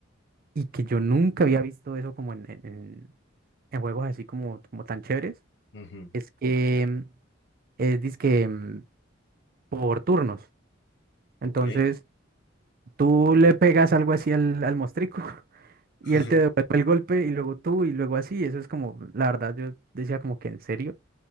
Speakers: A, on the right; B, on the left.
A: y que yo nunca había visto eso como en, en- en- en juegos así como, como tan chéveres,
B: Ujú,
A: es que mm, es dizque mm, por turnos.
B: Ok.
A: Entonces... Tú le pegas algo así al, al mostrico <laughs> y
B: <laughs>
A: él te devuelve el golpe y luego tú y luego así. Eso es como, la verdad, yo decía como que en serio,